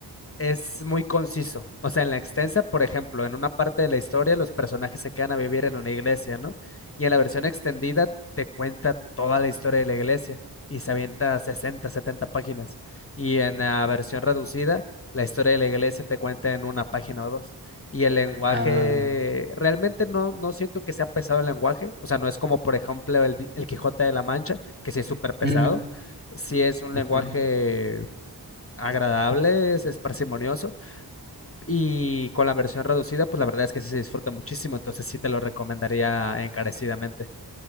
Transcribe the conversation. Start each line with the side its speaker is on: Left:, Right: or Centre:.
Left: es muy conciso. O sea, en la extensa, por ejemplo, en una parte de la historia los personajes se quedan a vivir en una iglesia, ¿no? Y en la versión extendida te cuenta toda la historia de la iglesia y se avienta 60, 70 páginas. Y en la versión reducida, la historia de la iglesia te cuenta en una página o dos. Y el lenguaje,
Right: ah,
Left: realmente no, no siento que sea pesado el lenguaje. O sea, no es como, por ejemplo, el, di- el Quijote de la Mancha, que sí es súper pesado.
Right: mm,
Left: Sí es un
Right: ujú.
Left: lenguaje agradable, es es parsimonioso y con la versión reducida, pues la verdad es que sí se disfruta muchísimo, entonces sí te lo recomendaría encarecidamente.